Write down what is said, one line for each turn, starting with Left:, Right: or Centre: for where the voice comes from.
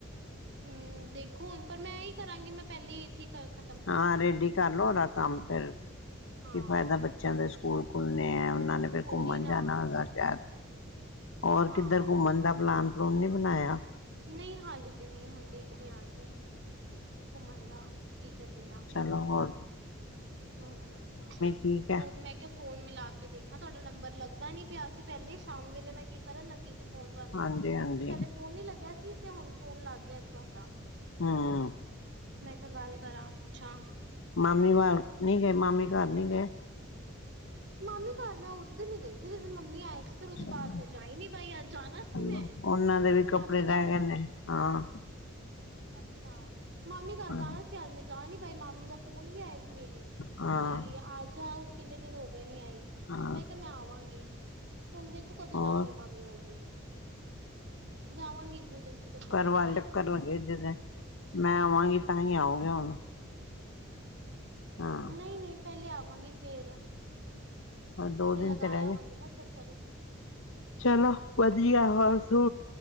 Right: ਹੂੰ, ਦੇਖੋ ਹੁਣ ਪਰ ਮੈਂ ਐ ਈ ਕਰਾਂਗੀ, ਮੈਂ ਪਹਿਲੇ ਇੱਥੇ ਈ ਖ
Left: ਹਾਂ ਰੇਡੀ ਕਰਲੋ ਉਹਦਾ ਕੰਮ ਫਿਰ, ਕੀ
Right: ਹਾਂ
Left: ਫਾਇਦਾ ਬੱ ਚਿਆਂ ਦੇ ਸਕੂਲ ਖੁੱਲ੍ਹਣੇ ਐਂ, ਉਹਨਾਂ ਨੇ ਫਿਰ
Right: ਉਹੀ
Left: ਘੁੰਮਣ
Right: ਨਾ
Left: ਜਾਣਾ ਹੋਏਗਾ ਸ਼ੈਦ। ਔਰ
Right: ਹਾਂ
Left: ਕਿੱਧਰ ਘੁੰਮਣ ਦਾ ਪਲਾਨ- ਪਲੂਨ ਨੀਂ ਬਣਾਇਆਂ।
Right: ਨਹੀਂ ਹਾਲੇ 'ਤੇ ਨੀ ਹੁਣ ਦੇਖਦੇ ਆ ਅਸੀਂ, ਘੁੰਮਣ ਦਾ ਕੀ ਕਰ ਕਰਦੇਂ ਆ।
Left: ਲਾਹੋਰ।
Right: ਹੂੰ,
Left: ਠੀਕ ਹੈ
Right: ਹੋਰ ਮੈਂ ਕਿਹਾ ਫ਼ੋਨ ਮਿਲ਼ਾ ਕੇ ਦੇਖਾਂ, ਤੁਹਾਡਾ ਨੰਬਰ ਲੱਗਦਾ ਨੀ ਪਿਆ ਸੀਂ ਪਹਿਲੇ ਸ਼ਾਮ ਵੇਲੇ ਮੈਂ ਕਰਨ ਲੱਗੀ ਸੀ ਫੋਨ ਤੁਹਾਂਨੂੰ,
Left: ਹਾਂਜੀ ਹਾਂਜੀ
Right: ਪਹਿਲੇ ਫੋਨ ਨੀ ਲੱਗਿਆ ਸੀ 'ਤੇ ਹੁਣ ਫੋਨ ਲੱਗ ਗਿਆ ਸੀ ਤੁਹਾਡਾ।
Left: ਹਮ
Right: ਮੈਂ ਕਿਹਾ ਗੱਲ ਕਰਾਂ ਪੁੱਛਾਂ।
Left: ਮਾਮੀਂ ਵਾਰ ਨੀ ਗਏ ਮਾਮੀਂ ਘਰ ਨੀ ਗਏ।
Right: ਮਾਮੀਂ ਘਰ ਮੈਂ ਉਸ ਦਿਨ ਈ ਗਈ ਸੀ, ਜਿਸ ਦਿਨ ਮੰਮੀ ਆਏਂ ਸੀ। ਫਿਰ ਉਹਦੇ
Left: ਚਲੋ
Right: ਬਾਅਦ ਮੈਂ ਜਾਂ ਈ ਨੀ ਪਾਈ, ਅੱਜ਼ ਜਾਣਾਂ
Left: ਚਲੋ
Right: ਸੀ ਮੈਂ
Left: ਉਹਨਾਂ ਦੇ ਵੀ
Right: ਮਾਮੀਂ
Left: ਕੱਪੜੇ ਰਹਿ
Right: ਘਰ।
Left: ਗਏ ਨੇ ਹਾਂ।
Right: ਅੱਛਾ, ਮਾਮੀਂ ਘਰ
Left: ਹਾਂ
Right: ਜਾਣਾ ਸੀ। ਅੱਜ ਮੈਂ ਜਾ ਨੀ ਪਾਈ ਮਾਮੀਂ ਦਾ ਫ਼ੋਨ ਵੀ ਆਇਆ ਸੀ। ਮੇਰੀ
Left: ਹਾਂ
Right: ਕਿ ਆਂਜਾ, ਕਿੰਨੇ ਦਿਨ ਹੋਗੇ ਨੀਂ ਆਈਂ।
Left: ਹਾਂ
Right: ਮੈਂ ਕਿਹਾ ਮੈਂ ਆਵਾਂਗੀ, ਹੁਣ ਦੇਖੋਂ ਕਦੋਂ
Left: ਹੋਰ
Right: ਜਾਂਦੀ ਆ ਮਾਮੀਂ ਵੱਲ ਵੀ। ਜਾਵਾਂਗੀ ਇੱਕ- ਦੋ ਦਿਨ 'ਚ। ਚੱਕਰ
Left: ਘਰ
Right: ਲਗਾ
Left: ਵੱਲ ਟੱਕਰ
Right: ਆਵਾਂਗੀ
Left: ਲੱਗੇ ਜਦ, ਮੈਂ ਆਵਾਂਗੀ ਤਾਂ ਈ ਆਓਗੇ ਹੁਣ। ਹਾਂ।
Right: ਨਹੀ-ਨਹੀ ਪਹਿਲੇ ਆਵਾਂਗੀ ਫ਼ਿਰ।
Left: ਹੋਰ ਦੋ
Right: ਹੁਣੇ
Left: ਦਿਨ
Right: ਲਗਾਂ
Left: ਤੇ ਰਹਿ
Right: ਆਵਾਂਗੀ
Left: ਗਏ
Right: ਨਾ ਚੱਕਰ ਇੱਕ।
Left: ਚਲੋ ਵਧੀਆ ਹੋਰ ਸੂ